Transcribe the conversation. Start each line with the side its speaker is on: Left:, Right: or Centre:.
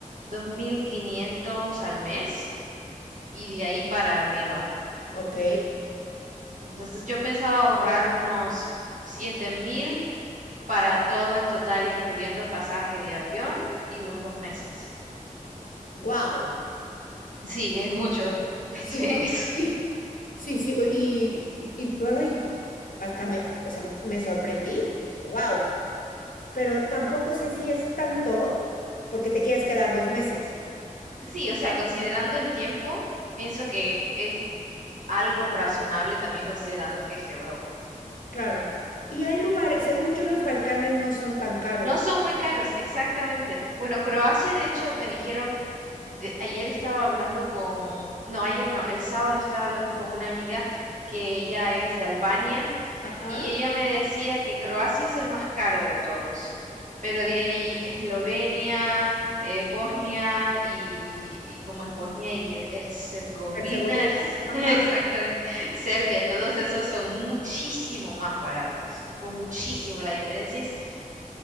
Right: 2.500 al mes y de ahí para arriba.
Left: Ok.
Right: Entonces, yo pensaba ahorrar unos 7.000 para todo en total, incluyendo pasaje de avión y los dos meses.
Left: Wow.
Right: Sí, es mucho. <laughs> Estoy
Left: Sí,
Right: en
Left: sí,
Right: eso.
Left: sí. Sí, sí, o- y, y- y- ay, hasta me, o sea, me sorprendí, dije, wow, pero tampoco sé si es tanto porque te quieres quedar dos meses.
Right: Sí, o sea, considerando el tiempo, pienso que es algo razonable también considerando que es Europa.
Left: Claro. Y hay lugares, según yo, los Balcanes no son tan caros.
Right: No son muy caros, exactamente. Bueno, Croacia, de hecho, me dijeron, de- ayer estaba hablando con, no, ayer no, el sábado estaba hablando con una amiga que ella es de Albania
Left: Ajá.
Right: y ella me decía que Croacia es el más caro de todos, pero de ahí Eslovenia, eh, Bosnia y, ¿cómo es Bosnia? Y Her- Herzegovina,
Left: Herzegovina.
Right: es,
Left: Ajá.
Right: <laughs> exactamente, Serbia, todos esos son muchísimo más baratos, tipo muchísimo, la diferencia es